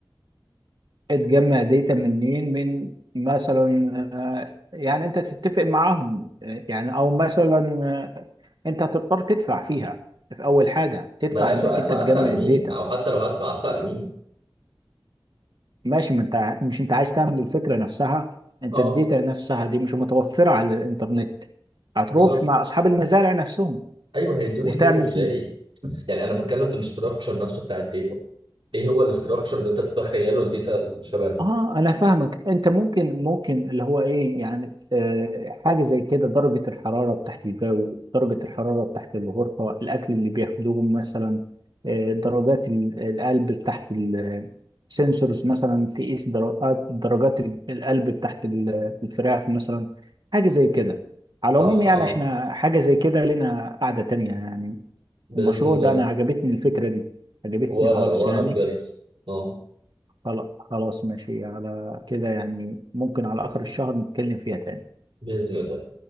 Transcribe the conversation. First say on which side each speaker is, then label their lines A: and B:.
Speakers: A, on the right; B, on the right.
A: تجمع داتا منين من مثلا آه، يعني انت تتفق معاهم آه، يعني او مثلا آه، انت هتضطر تدفع فيها في اول حاجه تدفع
B: ما ادفع
A: انك
B: ادفع
A: انت تجمع
B: ادفع لمين
A: الداتا
B: او حتى لو هدفع ادفع لمين
A: ماشي ما انت ع- مش انت عايز تعمل الفكره نفسها انت
B: اه
A: الداتا نفسها دي مش متوفره على الانترنت هتروح
B: بالظبط
A: مع اصحاب المزارع نفسهم
B: ايوه هيدوني
A: وتعمل
B: الداتا ازاي يعني انا بتكلم في الاستراكشر نفسه بتاع الداتا ايه هو الاستراكشر اللي انت تتخيله الداتا شبه دي
A: اه انا فاهمك انت ممكن ممكن اللي هو ايه يعني آه حاجه زي كده درجه الحراره بتاعت الجو درجه الحراره بتاعت الغرفه الاكل اللي بياخدوه مثلا آه درجات ال- القلب بتاعت السنسورز مثلا تقيس درجات درجات ال- القلب بتاعت ال- الفراخ مثلا حاجه زي كده على
B: صح
A: العموم يعني
B: اه
A: احنا حاجه زي كده لنا قاعده تانية يعني
B: باذن
A: المشروع
B: الله
A: ده انا عجبتني الفكره دي عجبتني
B: وانا
A: خالص
B: وانا
A: يعني
B: بجد اه
A: خلا- خلاص ماشي على كده يعني ممكن على آخر الشهر نتكلم فيها تاني
B: باذن الله